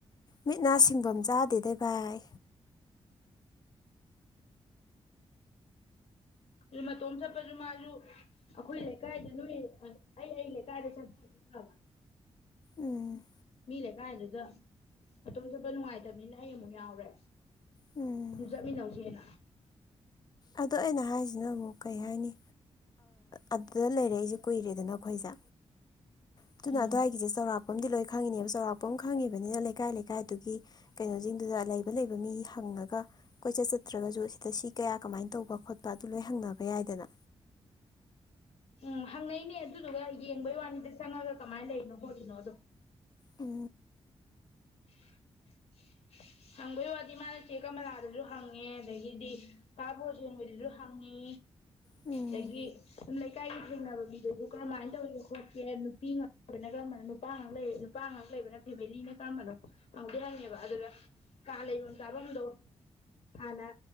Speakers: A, on the left (about 40°); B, on the left (about 70°).
A: ꯃꯤꯠ ꯅꯥ ꯁꯤꯡꯐꯝ ꯆꯥꯗꯦꯗꯥ ꯚꯥꯏ
B: ꯑꯗꯨ ꯃꯇꯣꯝ ꯆꯠꯄꯁꯨ ꯃꯥꯁꯨ ꯑꯩꯈꯣꯏ ꯂꯩꯀꯥꯏꯗ ꯅꯣꯏ ꯑꯩ ꯑꯩ ꯂꯩꯀꯥꯏꯗ ꯆꯠꯄ ꯑꫭꯏꯗꯤ ꯐꯕ
A: ꯎꯝ
B: ꯃꯤ ꯂꯩꯀꯥꯏꯗꯨꯗ ꯃꯇꫭꯝ ꯆꯠꯄ ꯅꯨꯡꯉꯥꯏꯇꯕꯅꯤꯅ ꯑꯩ ꯑꯃꯨꯛ ꯌꯥꯎꯔꯦ
A: ꯎꯝ
B: ꯑꯗꯨꯝ ꯆꯠꯃꯤꯟꯅꯧꯁꯤꯅ <inaudible>
A: ꯑꯗꯣ ꯑꯩꯅꯍꯥꯏ ꯏꯕꯨ ꯀꯩ ꯍꯥꯏꯅꯤ ꯑꯗꯨꯗ ꯂꯩꯔꯦꯏꯁꯦ ꯀꯨꯏꯔꯦꯗꯅ ꯑꯩꯈꯣꯏꯁꯦ ꯑꯗꯨꯅ
B: ꯎꯝ
A: ꯑꯗꯨꯋꯥꯏꯒꯤꯁꯦ ꯆꯥꯎꯧꯔꯥꯛꯄ ꯥꯈꯪꯗꯤ ꯂꯣꯏ ꯈꯪꯉꯤꯅꯦꯕ ꯆꯥꯎꯔꯥꯛꯄ ꯑꯃ ꯈꯪꯉꯤꯕꯅꯤꯅ ꯂꯩꯀꯥꯏ ꯂꯩꯀꯥꯏꯗꯨꯒꯤ ꯀꯩꯅꯣꯁꯤꯡꯗꯨꯗ ꯂꯩꯕ ꯂꯩꯕ ꯃꯤ ꯍꯪꯉꯒ ꯀꯣꯏꯆꯠ ꯆꯠꯇ꯭ꯔꯒꯁꯨ ꯁꯤꯗ ꯁꯤ ꯀꯌꯥ ꯀꯃꯥꯏꯅ ꯇꯧꯕ ꯈꯣꯠꯄ ꯑꯗꯨ ꯂꯣꯏ ꯍꯪꯅꯕ ꯌꯥꯏꯗꯅ
B: ꯎꯝ ꯍꯪꯅꯩꯅꯦ ꯑꯗꯨꯗꯨꯒ ꯌꯦꯡꯕꯩ ꯋꯥꯅꯤꯗ ꯆꯪꯉꯒ ꯀꯃꯥꯏꯅ ꯂꯩꯔꯤꯅꯣ ꯈꫭꯠꯂꯤꯅꯣꯗꯣ
A: ꯎ
B: <unintelligible> ꯍꯪꯕꯒꯤ ꯋꯥꯗꯤ ꯃꯥꯅ ꯆꯦꯛ ꯀꯃꯂꯥꯗꯁꯨ ꯍꯪꯉꯦ ꯑꯗꯒꯤꯗꯤ ꯀꯥꯕꯣꯔ ꯆꯦꯟꯕꯗꯁꯨ ꯍꯪꯉꯤ
A: ꯎꯝ
B: ꯂꯗꯒꯤ ꯂꯩꯀꯥꯏꯒꯤ ꯊꯦꯡꯅꯕ ꯃꯤꯗꯨꯁꯨ ꯀꯔꯝꯍꯥꯏꯅ ꯇꯧꯒꯦ ꯈꯣꯠꯀꯦ ꯅꯨꯄꯤ ꯉꯥꯛ ꯂꯩꯕꯅ ꯀꯔꯝꯕꯅꯣ ꯅꯨꯄꯥ ꯉꯥꯛ ꯂꯩ ꯅꯨꯄꯥ ꯉꯍꯥꯛ ꯂꯩꯕꯅ ꯐꯦꯃꯤꯂꯤꯅ ꯀꯔꯝꯕꯅꯣ ꯉꯪꯍꯧꯗꯗꯤ ꯍꯪꯉꯦꯕ ꯑꯗꯨꯒ ꯀꯥ ꯂꯩꯐꯝ ꯆꯥꯐꯝꯗꯣ ꯍꯥꯟꯅ